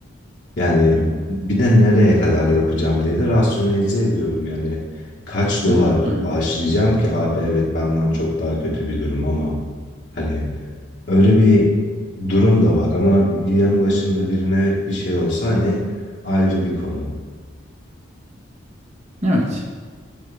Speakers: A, on the left; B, on the right.
A: Yani
B: Hı
A: bir de nereye kadar yapacağım diye de rasyonelize ediyorum. Yani kaç dolar
B: hı. Hı hı.
A: başlayacağım ki abi evet benden çok daha kötü bir durum ama hani Öyle bir durum da var ama yanı başımda birine bir şey olsa hani ayrı bir konu.
B: Evet.